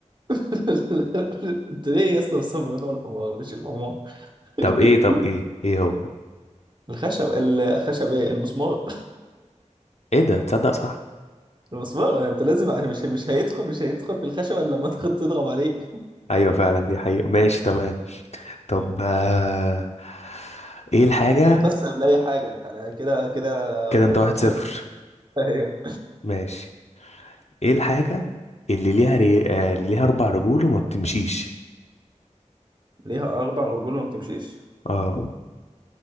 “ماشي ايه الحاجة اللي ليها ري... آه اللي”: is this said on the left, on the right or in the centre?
Left